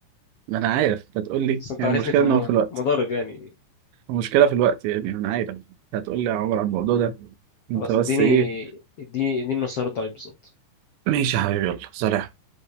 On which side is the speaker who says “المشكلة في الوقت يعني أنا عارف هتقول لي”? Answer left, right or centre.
Right